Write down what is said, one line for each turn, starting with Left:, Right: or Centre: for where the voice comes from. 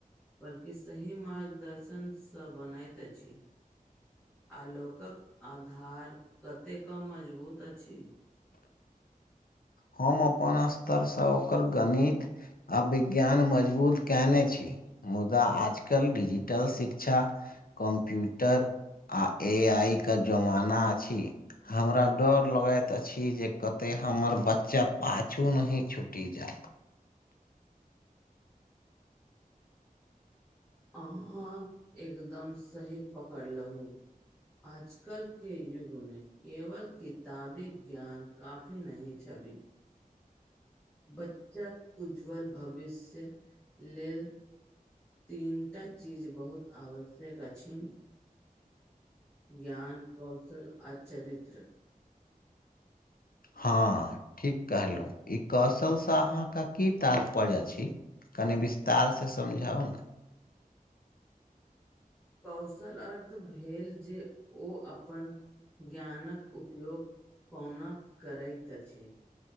Centre: बल्कि सही मार्गदर्शन सँ बनैत अछि, आलोकक आधार कते कम मजबूत अछि।
Left: हम अपन स्तरसँ ओकर गणित आ विज्ञान मजबूत कयने छी। मुदा आजकल िजिटल शिक्षा कम्प्यूटर आ एआई के जमाना अछि। हमरा डर लगैत अछि जे कतय हमर बच चा पाछू नहि छुटि जाइ।
Centre: अहाँ एकदम सही पकड़लहु। आजकल के युगमे केवल किताबी ज्ञान काफी नहि छबि। बच्चाक उज्ज्वल भविष्य लेल तीनटा चीज बहुत आवश्यक अछि। ज्ञान, कौशल आ चरित्र।
Left: हँ, ठीक कहलहुँ, ई कौशलसँ अहाँके की तार्पर्य छी। तनि विस्तारसँ समझाउ ने।
Centre: कौशल अर्थ भेल जे ओ अपन ज्ञानक उपयोग कोौना करैत अछिै।